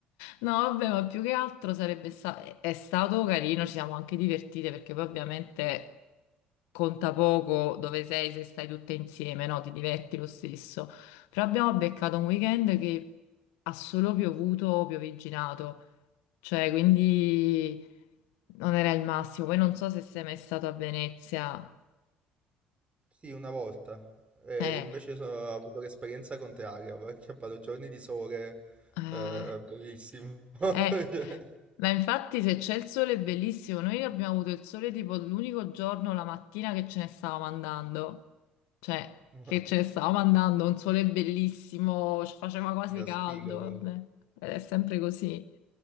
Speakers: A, on the left (about 80°); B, on the right (about 30°).
A: no, vabbè, ma più che altro sarebbe stato, è è stato carino, ci siamo anche divertite perché poi ovviamente conta poco dove sei se stai tutte insieme, no? Ti diverti lo stesso. Però abbiamo beccato un weekend che ha solo piovuto, piovigginato, cioè quindi non era il massimo. Poi non so se sei mai stato a Venezia.
B: Sì, una volta. E
A: Eh.
B: invece sono- ho avuto l'esperienza contraria, perché ho fatto giorni di sole,
A: Eh,
B: eh, bellissimo. <laughs>
A: eh,
B: Cioè,
A: ma infatti se c'è il sole è bellissimo, noi abbiamo avuto il sole tipo l'unico giorno, la mattina che ce ne stavamo andando, cioè
B: ma-
A: che ce ne stavamo andando, un sole bellissimo, ci faceva quasi
B: La
A: caldo,
B: sfiga proprio.
A: vabbè, ed è sempre così.